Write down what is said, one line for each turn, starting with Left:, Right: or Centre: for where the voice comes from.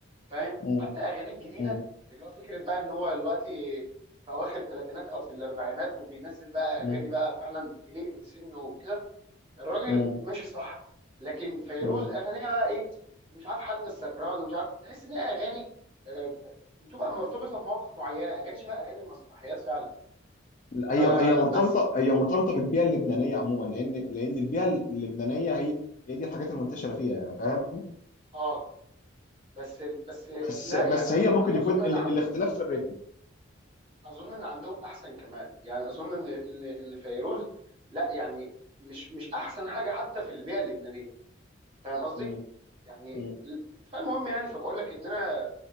Right: فاهم؟
Left: مم.
Right: حتى اغانيه الجديده
Left: مم.
Right: اللي هو فكره بقى ان هو دلوقتي في اواخر الثلاثينات او في الاربعينات وبينزل بقى
Left: مم.
Right: اغاني بقى فعلا تليق بسنه وكده الراجل
Left: مم.
Right: ماشي صح لكن فيروز
Left: مم.
Right: اغانيها بقى ايه مش عارف حل السكران ومش عارف تحس ان هي اغاني آه، بتبقى مرتبطه بمواقف معينه اغاني شبه اغاني المسرحيات فعلا
Left: هي
Right: فبس
Left: هي مرتبطه هي مرتبطه بالبيئه اللبنانيه عموما لان لان البيئه اللبنانيه هي هي دي الحاجات المنتشره فيها فاهم
Right: اه بس بس
Left: بس
Right: لا
Left: بس
Right: يعني
Left: هي
Right: اظن
Left: ممكن
Right: اظن
Left: يكون ال...
Right: ان عن
Left: الاختلاف في الريتم
Right: اظن ان عندهم احسن كمان يعني اظن ان ان ان فيروز لا يعني مش مش احسن حاجه حتى في البيئه اللبنانيه فاهم قصدي؟
Left: مم.
Right: يعني
Left: مم.
Right: فالمهم يعني فبقول لك ان انا